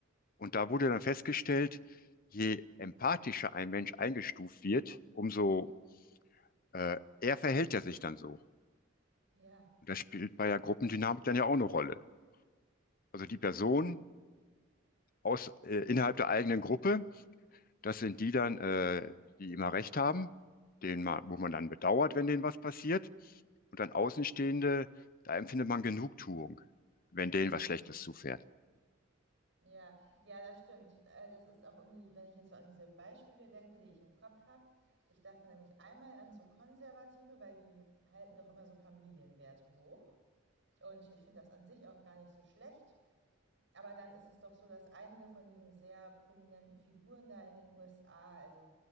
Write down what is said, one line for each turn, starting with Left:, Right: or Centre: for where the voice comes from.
Left: Und da wurde dann festgestellt, je empathischer ein Mensch eingestuft wird, umso äh, eher verhält er sich dann so.
Right: ja.
Left: Und das spielt bei der Gruppendynamik dann ja auch eine Rolle. Also die Person aus, äh, innerhalb der eigenen Gruppe, das sind die dann, äh, die immer recht haben, denen man, wo man dann bedauert, wenn denen was passiert. Und dann Außenstehende, da empfindet man Genugtuung, wenn denen was Schlechtes zufährt.
Right: Ja, ja, das stimmt. Äh, Das ist auch irgendwie, wenn ich jetzt so an diese Beispiele denke, die ich im Kopf habe. Ich dachte nämlich einmal an so Konservative, weil die halten doch immer so Familienwerte hoch. Und ich finde das an sich auch gar nicht so schlecht. Aber dann ist es doch so, dass einige von diesen sehr prominenten Figuren da in den USA, also